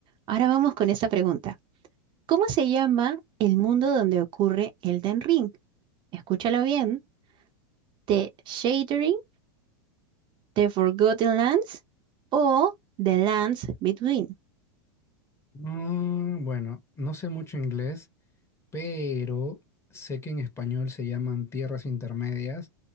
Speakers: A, on the right; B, on the left.
A: Ahora vamos con esta pregunta. ¿Cómo se llama el mundo donde ocurre Elden Ring? Escúchalo bien. ¿The Shadering, The Forgotten Lands o The Lands Between?
B: Mm, bueno, no sé mucho inglés. pero sé que en español se llaman tierras intermedias.